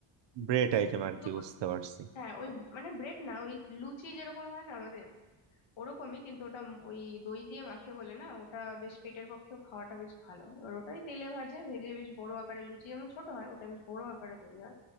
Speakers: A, on the right (about 55°); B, on the left (about 65°).
A: ব্রেড আইটেম আর কি
B: তো
A: বুঝতে
B: ওটা-
A: পারছি
B: হ্যাঁ ওই মানে ব্রেড না ওই লুচি যেরকম হয় না আমাদের ওরকমই কিন্তু ওটা উম ওই দই দিয়ে মাখে বলে না ওটা বেশ পেটের পক্ষেও খাওয়াটা বেশ ভালো এবার ওটাই তেলে ভাজে ভেজে বেশ বড় আকারে লুচি যেমন ছোট হয় ওটা বেশ বড় আকারে তৈরি হয়